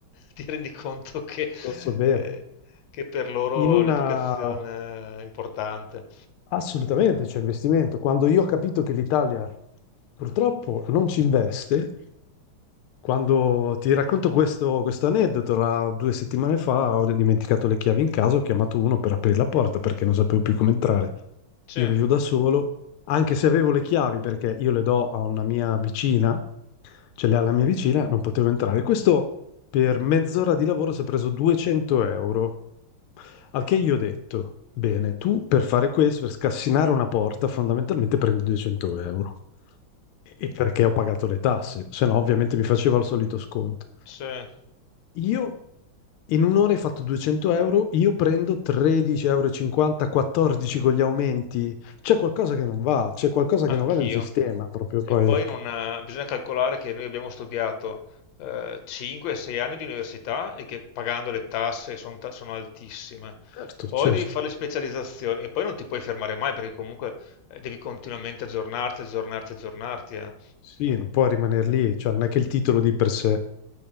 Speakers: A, on the left (about 70°); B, on the left (about 85°).
A: ti rendi conto che,
B: lo so bene.
A: eh, che per loro
B: In una...
A: l'educazione è importante.
B: Assolutamente c'è investimento. Quando io ho capito che l'Italia purtroppo non ci investe, Quando ti racconto questo, questo aneddoto, la- due settimane fa ho dimenticato le chiavi in casa, ho chiamato uno per aprire la porta perché non sapevo più come entrare.
A: Sì,
B: Io vivo da solo, anche se avevo le chiavi perché io le do a una mia vicina, ce le ha la mia vicina, non potevo entrare. Questo per mezz'ora di lavoro si è preso 200 euro, al che io ho detto, bene, tu per fare questo, per scassinare una porta, fondamentalmente prendi 200 euro. E perché ho pagato le tasse, se no ovviamente mi faceva il solito sconto.
A: sì.
B: Io In un'ora hai fatto 200 euro, io prendo 13,50 euro, 14 con gli aumenti. C'è qualcosa che non va, c'è qualcosa
A: Anch'io.
B: che non va nel sistema, proprio poi.
A: E poi non, eh, bisogna calcolare che noi abbiamo studiato 5-6 anni di università e che pagando le tasse son ta- sono, altissime.
B: Certo,
A: Poi
B: certo.
A: devi fare le specializzazioni e poi non ti puoi fermare mai perché comunque eh, devi continuamente aggiornarti, aggiornarti, aggiornarti. eh.
B: Sì, non può rimanere lì, cioè non è che il titolo di per sé